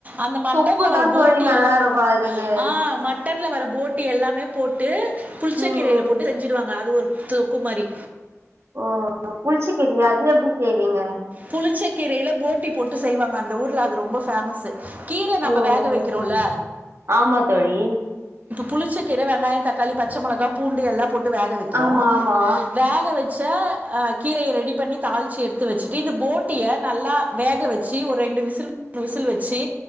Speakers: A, on the right; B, on the right.
A: அந்த மட்டன்ல
B: தொக்கு தா
A: வர போட்டி
B: தோழி நல்லா
A: எல்லா
B: இருக்கு அதுக்கு
A: ஆ மட் மட்டன்ல வர போட்டி எல்லாமே போட்டு புளிச்ச
B: ம்
A: கீரைல
B: ம்
A: போட்டு செஞ்சிடுவாங்க அது ஒரு து குமரி
B: ஓ புளிச்ச கீரையா அது எப்டி செய்வீங்க
A: புளிச்சக்கீரைல போட்டி போட்டு செய்வாங்க அந்த ஊர்ல அது ரொம்ப ஃபேமஸ்ஸு கீர நம்ம
B: ம்
A: வேக
B: ம்
A: வெக்கிறோல்ல
B: ஆமா தோழி
A: புளிச்சக்கீர வெங்காய தக்காளி பச்சை மெளகா பூண்டு எல்லா போட்டு வேக வெக்கிறோ
B: ஆமா ஆமா
A: வேக வெ ச்ச அ கீரைய ரெடி பண்ணி தாளிச்சி எடுத்து வச்சுட்டு இந்த போட்டிய நல்லா வேக வச்சு ஒரு ரெண்டு விசில் விசில் வச்சு